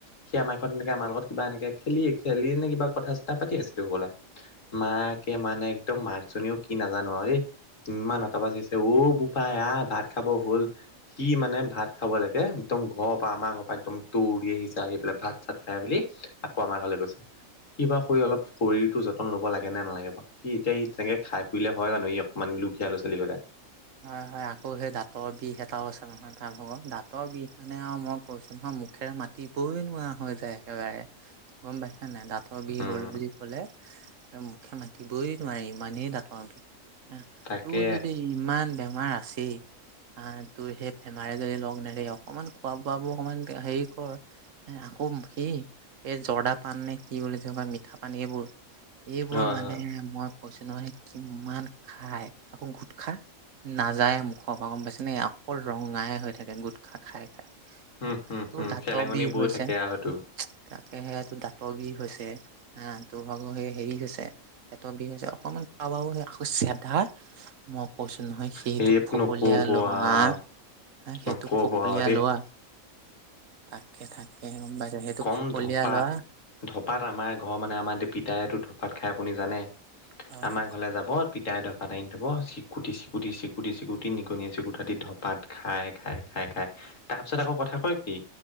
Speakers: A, on the left; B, on the right.
A: সি আমাৰ ঘৰত এনেকে আমাৰ লগত কিবা এনেকে খেলি খেলি নে কিবা কথা চথা পাতি আছিলো হবলা মাকে মানে একদম মাকজনীও কি নাজানো আৰে দেই ইমান আতৰ চিঞৰিছে অ' বোপাই আহ, ভাত খাব হল। সি মানে ভাত খাব লাগে একদম ঘৰৰ পৰা আমাৰ ঘৰ একদম দৌৰি আহিছে আহি পেলাই ভাত চাত খাই মেলি আকৌ আমাৰ ঘৰলে গৈছে সি বা শ অলপ শৰীৰটো যতন ল'ব লাগে নে নালাগে সি এতিয়া সি তেনেকে খাই ফুৰিলে হয় জানো সি অকনমান লোভীয়া ল'ৰা ছোৱালী গতে
B: হয় - হয়, আকৌ সেই দাঁতৰ বিষ এটাও আছে নহয় তাৰ ভাগৰ, দাঁতৰ বিষ মানে আৰু মই কৈছো নহয় মুখেৰে মাতি তিপই নোৱা হৈ যায় একেবাৰে গম পাইছা নাই দাঁতৰ বিহ
A: উম
B: হ'ল বুলি কলে মুখে মাতিবই নোৱাৰে ইমানেই দাঁতৰ বিষ,
A: তাকে
B: তোৰ যদি ইমান বেমাৰ আছেই আ, তোৰ সেই ফেমাৰি যনি লগ নেৰি অকমান খোৱা বোৱাবোৰ অকমান হেৰি কৰ এ আকৌ সি, এই জৰ্দা পান নে কি বুলি মিঠা পান সেইবোৰ এইবোৰ
A: হয়
B: মানে
A: হয়
B: মই কৈছো নহয় কিমান খাই আকৌ গোটখা নাযায়ে মুখৰ পৰা গম পাইছেনে অকল ৰঙাই হৈ থাকে গোটখা খাই - খাই
A: উম,
B: তোৰ
A: হুম, হুম,
B: দাতৰ
A: চেলেঙনি
B: বিষ
A: বৈ
B: হৈছে
A: থাকে
B: তাকে
A: আৰু সেইটো
B: সেয়া তোৰ দাঁতৰ বিষ হৈছে, আ, তোৰ ভাগৰ সেই হেৰি হৈছে পেটৰ বিষ হৈছে অকনমান খোৱা বোৱো বোৰ আকৌ চেধা মই কৈছো নহয় সেইটো
A: সেই
B: ফকলিয়
A: নকব
B: লোৱা
A: আৰু
B: হা, সেইটো
A: নকব
B: ফকলীয়া
A: আৰু দেই
B: লোৱা তাকে থাকে গম পাইছা সেইটো
A: কম
B: ফকলীয়া
A: ধপাত
B: লোৱা
A: ধপাত আমাৰ ঘৰ মানে আমাৰ দে পিতায়তো ধপাত খায় আপুনি জানে
B: হয়
A: আমাৰ
B: হয়
A: ঘৰলৈ যাব পিতাই ধপাত আনি থব, চিকুটি - চিকুটি - চিকুটি - চিকুটি - চিকুটি, নিগনীয়ে চিকুটা দি ধ পাত খাই -খাই -খাই -খাই, তাৰপিছত আকৌ কথা কয় কি